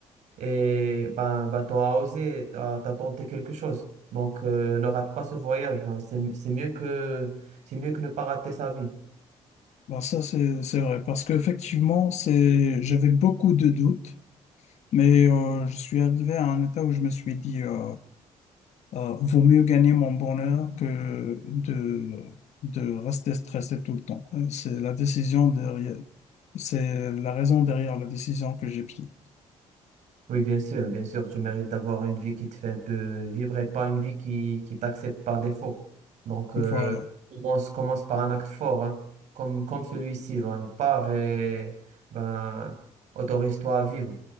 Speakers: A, on the right; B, on the left.
A: et ben, ben tu as osé, tu as, tenté quelque chose. Donc, euh, ne rate pas ce voyage. Ben, c'est, c'est mieux que, c'est mieux que ne pas rater sa vie.
B: ben ça c'est c'est vrai. Parce qu'effectivement, c'est... j'avais beaucoup de doutes, mais euh, je suis arrivé à un état où je me suis dit, euh, euh, vaut mieux gagner mon bonheur que de, de rester stressé tout le temps. Euh, C'est la décision derrière... C'est la raison derrière la décision que j'ai prise.
A: Oui, bien sûr, bien sûr, tu mérites d'avoir une vie qui te fait un peu vibrer, pas une vie qui, qui t'accepte par défaut. Donc, euh,
B: Voilà,
A: commence, commence par un acte fort, hein, comme, comme celui-ci. Ben, pars et ben, autorise-toi à vivre.